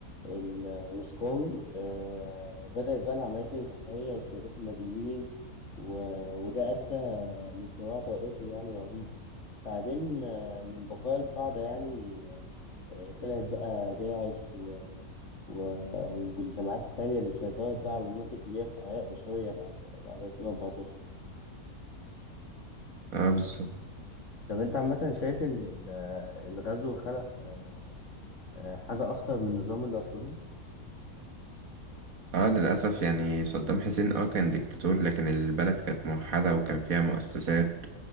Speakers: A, on the left (about 55°); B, on the right (about 70°).
A: الرسكوي آه، بدأت بقى العمليات الانتحارية واستهداف المدنيين و... وده أدى لصراع طائفي يعني رهيب بعدين آه، من بقايا القاعدة يعني آه، طلعت بقى داعش و- والجامعات التانية اللي سيطرت بقى على مناطق كبيرة في العراق وسوريا بعد بعد 2014
B: اه بالظبط
A: طب أنت عامة شايف إن ال- الغزو خلق آه، آه، حاجة أخطر من النظام اللي أسقطوه؟
B: اه للاسف يعني صدام حسين اه كان ديكتاتور لكن البلد كانت موحده وكان فيها مؤسسات